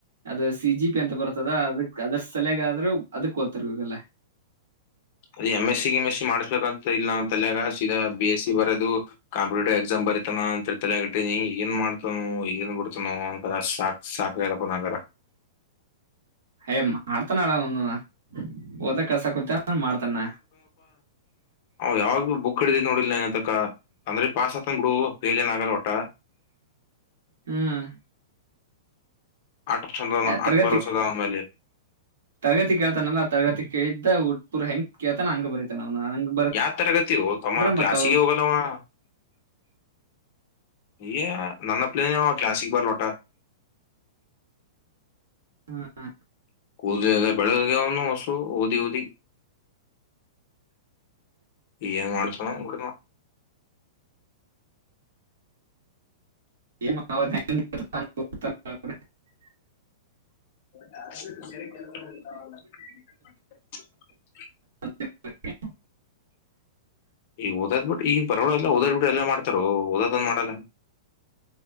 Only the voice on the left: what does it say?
ಅದು M S C S C ಮಾಡ್ಸ್ಬೇಕಂತ ಇಲ್ಲ ಅಂತಾಗಾ ಬಿ ಎಸ್ ಸಿ ಬರೋದು ಕಾಂಪಿಟೇಟಿವ್ ಎಕ್ಸಾಮ್ ಬರಿತಾನ ಅಂತ ತಲೆಯಾಗ ಇಟ್ಟೀನಿ ಏನ್ ಮಾಡ್ತಾನ ಏನ್ ಬಿಡ್ತಾನ ಅಂತ ಸಾಕಕ್ ಸಾಕಪ್ಪ
ಅವ್ ಯಾವಾಗಲ್ಲೂ ಬುಕ್ ಹಿಡಿದು ನೋಡಿಲ್ ಏನತಕ್ಕ ಅಂದ್ರೆ ಪಾಸ್ ಹತಂಗ ಬಿಡು ಫೇಲ್ ಏನ್ ಆಗಲ್ಲ ಒಟಾ
ಆಟ ಚಂದ
ಆಟ್ ಬರೋಸದ ಅವನ್ ಮೇಲೆ
ಯಾವ ತರಗತಿಯೋ
ಅಮ್ಮ ಕ್ಲಾಸಿಗೆ
ಹೋಗಲ್ಲವಾ <inaudible> ನನ್ನ ಪ್ಲೇನ ಕ್ಲಾಸಿಗೇ ಬರಲ್ಲ ಓಟಾ
ಕೂದಲ್ಲ ಬೆಳಿಗೆ ಅವ್ನು ಅಷ್ಟು ಓದಿ ಓದಿ ಏನ್ ಮಾಡ್ತಾನೋ
<unintelligible>
ಈಗ ಓದ್ ಬಿಟ್ಟ ಈಗ <unintelligible> ಎಲ್ಲ ಓದದು ಬಿಟ್ಟು ಎಲ್ಲ ಮಾಡತಾರ ಓದನ್ ಮಾಡಲ್ಲ